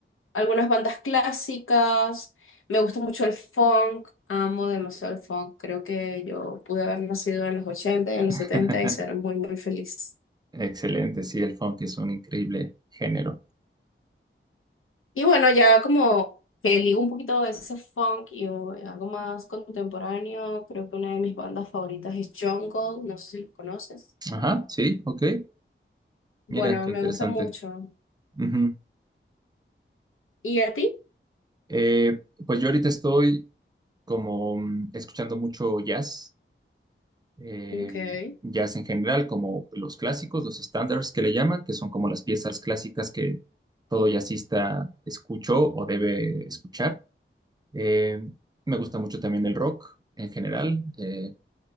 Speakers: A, on the left; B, on the right.
A: algunas bandas clásicas, me gusta mucho el funk, amo demasiado el funk, creo que yo pude haber nacido en los 80 y en los
B: <laughs>
A: 70 y ser muy, muy feliz.
B: excelente, sí, el funk es un increíble género.
A: Y bueno, ya como que ligo un poquito de ese funk y uh, algo más contemporáneo, creo que una de mis bandas favoritas es Jungle, no sé si los conoces.
B: Ajá, sí, ok.
A: Bueno,
B: Mira, qué
A: me
B: interesante.
A: gusta mucho.
B: Ujú.
A: ¿Y a ti?
B: Eh, pues yo ahorita estoy como mm, escuchando mucho jazz, eh,
A: okay
B: jazz en general, como los clásicos, los standards que le llaman, que son como las piezas clásicas que todo jazzista escuchó o debe escuchar. Eh, me gusta mucho también el rock en general. Eh,